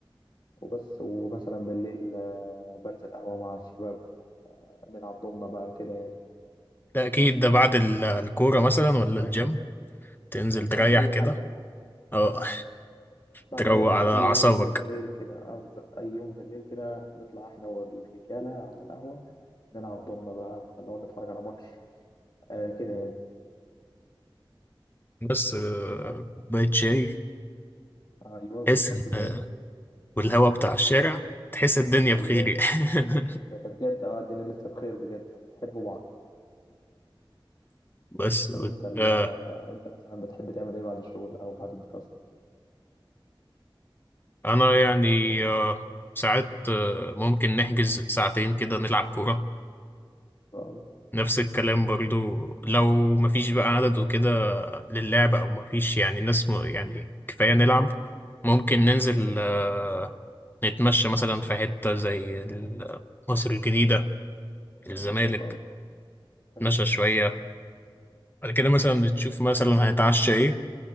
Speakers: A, on the left; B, on the left.
A: وبس ومثلا بالليل آه، بنزل قهوة مع الشباب نلعب دومنا بقى كده يعني
B: ده اكيد ده بعد ال- الكورة مثلا ولا
A: ده لازم
B: الجيم
A: ده
B: تنزل
A: بعد
B: تريح
A: أي
B: كده
A: حاجة
B: اه
A: بعد
B: تروق
A: أي حاجة
B: على
A: أي يوم
B: اعصابك
A: بالليل كده أو ز- أي يوم بالليل كده نطلع إحنا والرجالة على القهوة نلعب دومنا بقى نقعد نتفرج على ماتش آه كده يعني
B: بس آه، كوباية شاي
A: أيوة
B: تحس
A: بالظبط
B: ان
A: كده
B: آه، والهوا بتاع الشارع تحس الدنيا
A: أيوة
B: بخير يعني.
A: ده ده بجد اه الدنيا لسه بخير بجد حبوا بعض
B: <laughs> بس
A: طب
B: بت-
A: انت ال...
B: آه،
A: انت مثلا بتحب تعمل ايه بعد الشغل او بعد الدراسة
B: انا يعني آه، ساعات آه، ممكن نحجز ساعتين كده نلعب كورة
A: حلو قوي
B: نفس الكلام برضو لو مفيش بقى عدد وكده للعب او مفيش يعني ناس م... يعني كفاية نلعب ممكن ننزل آه، نتمشى مثلا في حتة زي ال- مصر الجديدة الزمالك
A: حلو قوي حلو
B: نتمشى شوية بعد كده مثلا نشوف مثلا هنتعشى ايه